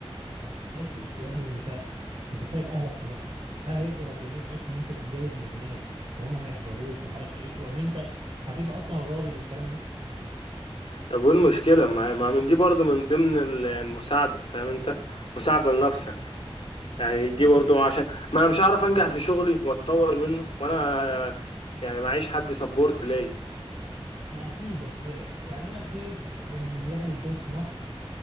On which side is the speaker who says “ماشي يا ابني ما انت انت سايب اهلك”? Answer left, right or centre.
Right